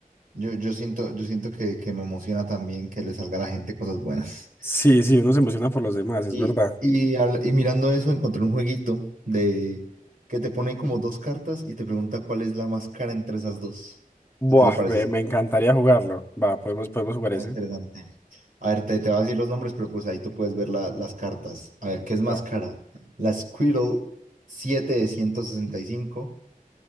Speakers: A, on the right; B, on the left.
A: Yo, yo siento, yo siento que, que me emociona también que le salga a la gente cosas buenas.
B: Sí, sí, uno se emociona por los demás, es
A: Y,
B: verdad.
A: y, al- y mirando eso encontré un jueguito de que te pone
B: Ujú.
A: como dos cartas y te pregunta cuál es la más cara entre esas dos.
B: Buah,
A: ¿Qué te parece?
B: me, me encantaría jugarlo. Va, podemos, podemos jugar ese.
A: Ah, Interesante. A ver, te, te voy a decir los nombres, pero pues ahí tú puedes ver la- las cartas. A ver, ¿qué es más
B: Va.
A: cara? ¿La Squirtle 7 de 165